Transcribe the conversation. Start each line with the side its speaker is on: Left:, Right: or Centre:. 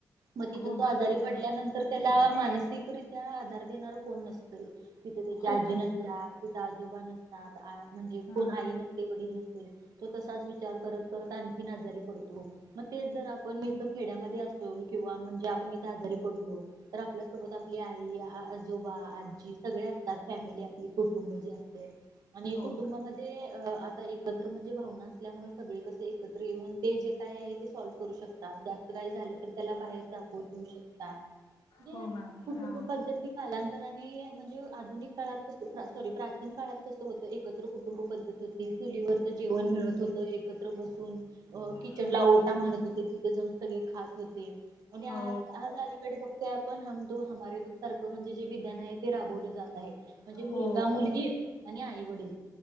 Right: मग तिथं
Left: हो
Right: तो
Left: मॅम
Right: आजारी
Left: हा
Right: पडल्यानंतर त्याला, मानसीक रित्या आधार देणार कोण नसतय, तिथं त्यांची
Left: हो
Right: आजी
Left: मॅम
Right: नसत्या तिथं आ जोबा नसतात. म्हणजे
Left: हा
Right: कोण आई नसते वडील नसते, तो तसाच विचार करत करत आणखीन आजारी पडतो. मग तेच जर आपण इथं खेड्यामध्ये असतो किंवा म्हणजे आपण इथे आजारी पडलो, तर आपल्यासोबत आपली आई, आजोबा, आजी सगळे असतात फॅमिली आपली कु कुटुंब जे असतंय आणि
Left: हो
Right: कुटुंबामध्ये
Left: मॅम
Right: अ आता एकत्र म्हणजे भावना असल्यामुळे, सगळे कसे एकत्र येऊन ते जे काय आहेत. ते सॉल्व करू शकता जास्त काही झाले, तर त्याला बाहेर दाखवून ठेऊ शकता. म्हणजे,
Left: हो मॅम हा
Right: कुटुंब पद्धती कालांतराने, म्हणजे आधुनिक काळात कस सॉरी प्राचीन काळात कस होत एकत्र कु कुुंटुंब पद्धती होती. चुलीवरच जेवण
Left: हा
Right: मिळत होत. एकत्र बसू अ किचनला
Left: हा.
Right: ओटा म्हणत होते, तिथं जाऊन सगळे खात होते. आणि
Left: हो
Right: आज, आज अलीकडे बघतोय आप पण हम दो हमारे दो सारखं म्हणजे, जे विधान आहे ते राबवलं जात आहे. म्हणजे मुलगा
Left: हो
Right: मुलगी आणि आई वडील.